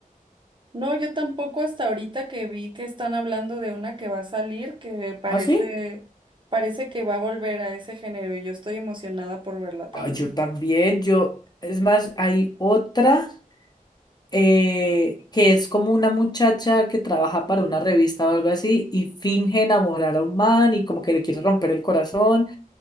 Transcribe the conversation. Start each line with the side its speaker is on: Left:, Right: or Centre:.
Right: No, yo tampoco hasta ahorita que vi que están hablando de una que va a salir, que parece,
Left: ¿Ah, sí?
Right: parece que va a volver a ese género y yo estoy emocionada por verla también.
Left: Ah, yo también, yo, es más, hay otra. eh, que es como una muchacha que trabaja para una revista o algo así y finge enamorar a un man y como que le quiere romper el corazón,